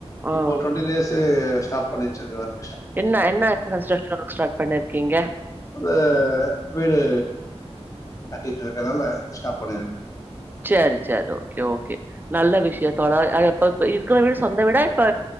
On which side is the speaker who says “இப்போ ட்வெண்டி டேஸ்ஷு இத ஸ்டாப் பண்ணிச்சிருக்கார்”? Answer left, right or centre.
Left